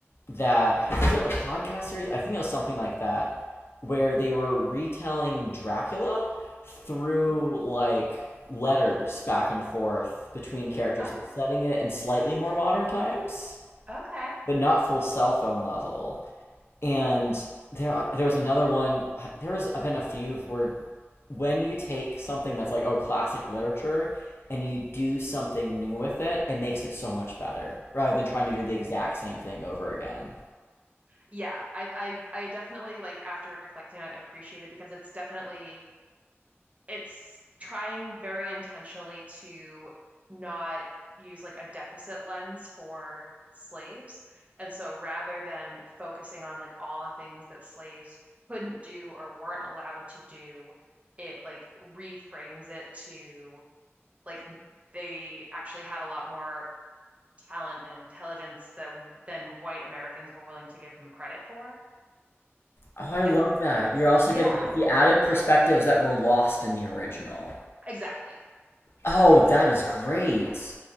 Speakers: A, on the left (about 60°); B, on the right (about 30°).
A: that was it a podcast series? I think it was something like that where they were retelling Dracula through
B: Ooh.
A: like letters back and forth between characters,
B: Okay.
A: but setting it in slightly more modern times,
B: Okay.
A: but not full cell phone level and there there was another one. There has been a few where when you take something that's like oh classic literature and you do something new with it, it makes it so much better rather than trying to do the
B: Yeah.
A: exact same thing over again.
B: Yeah. I I I definitely like after reflecting on it appreciate it because it's definitely it's trying very intentionally to not use like a deficit lens for slaves. And so rather than focusing on like all the things that slaves couldn't do or weren't allowed to do, it like reframes it to like they actually had a lot more talent and intelligence than than white Americans were willing to give them credit for.
A: Oh, I love
B: And
A: that. You're also
B: yeah,
A: getting the added perspectives that were lost in the original.
B: exactly.
A: Oh, that is great.